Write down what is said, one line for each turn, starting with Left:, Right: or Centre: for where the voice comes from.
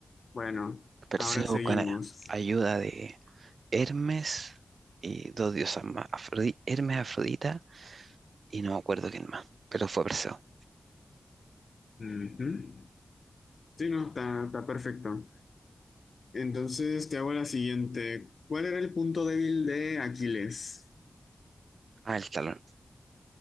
Left: Bueno,
Right: Perseo
Left: ahora seguimos.
Right: con a- ayuda de Hermes y dos diosas más. Afrodi- Hermes, Afrodita y no me acuerdo quién más. Pero fue Perseo.
Left: Ujú. Sí, no, está, está perfecto. Entonces, te hago la siguiente. ¿Cuál era el punto débil de Aquiles?
Right: Ah, el talón.